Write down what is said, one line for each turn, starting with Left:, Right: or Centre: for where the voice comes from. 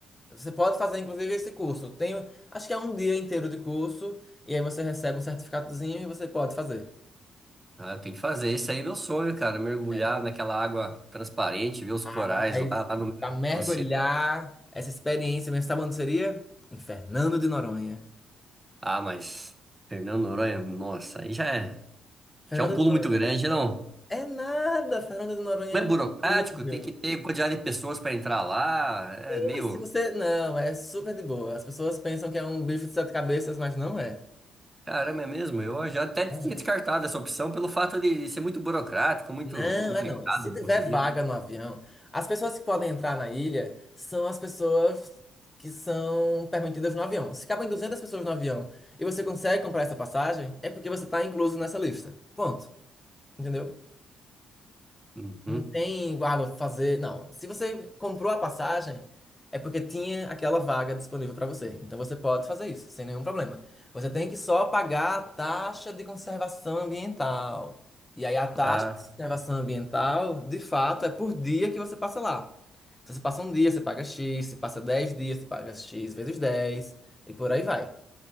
Left: Você pode fazer, inclusive, esse curso. Tem, acho que é um dia inteiro de curso, e aí você recebe um certificadozinho e você pode fazer.
Right: Ah, eu tenho que fazer. Isso aí é meu sonho, cara. Mergulhar
Left: É.
Right: naquela água transparente, ver os
Left: Ah,
Right: corais
Left: mas aí,
Right: lá, lá no meio
Left: pra mergulhar
Right: do oceano.
Left: essa experiência mesmo, sabe onde seria? Em Fernando de Noronha.
Right: Ah, mas Fernando Noronha, nossa, aí já é,
Left: Fernando
Right: já é um pulo
Left: de Noronha
Right: muito grande, não?
Left: é nada, Fernando de Noronha
Right: Não
Left: é incrível.
Right: é burocrático, tem que ter quantidade de pessoas para entrar lá. É
Left: Sim,
Right: meio.
Left: mas se você. Não, é super de boa. As pessoas pensam que é um bicho de sete cabeças, mas não é.
Right: Caramba, é mesmo? Eu já até tinha
Left: Não é.
Right: descartado essa opção pelo fato de ser muito burocrático, muito
Left: Não,
Right: complicado
Left: é não. Se tiver
Right: de conseguir.
Left: vaga no avião, as pessoas que podem entrar na ilha são as pessoas que são permitidas no avião. Se cabem 200 pessoas no avião e você consegue comprar essa passagem, é porque você está incluso nessa lista. Ponto. Entendeu?
Right: Uhum.
Left: Não tem, ah, vou fazer. Não. Se você comprou a passagem, é porque tinha aquela vaga disponível para você. Então você pode fazer isso, sem nenhum problema. Você tem que só pagar a taxa de conservação ambiental. E aí a taxa
Right: Ah,
Left: de conservação ambiental, de fato, é por dia que você passa lá. Se você passa um dia, você paga X. Se passa 10 dias, você paga X vezes dez E por aí vai.